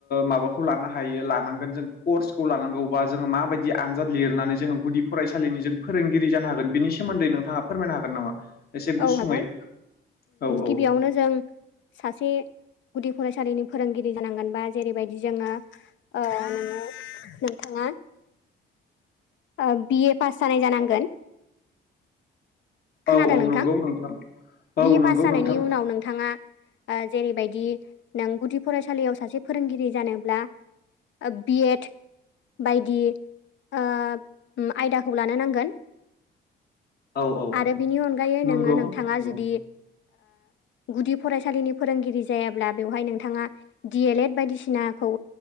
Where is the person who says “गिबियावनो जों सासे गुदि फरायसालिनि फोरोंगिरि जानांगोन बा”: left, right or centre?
Left